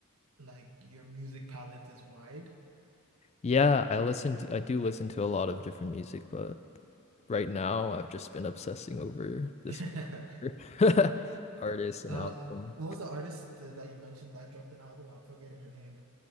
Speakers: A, on the right (about 70°); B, on the left (about 30°).
A: like your music palette is wide?
B: yeah, I listen to, I do listen to a lot of different music, but right now I've just been obsessing over this
A: <laughs>
B: <laughs> artist and
A: Uh,
B: album.
A: what was the artist uh, that you mentioned that dropped an album? I'm forgetting her name.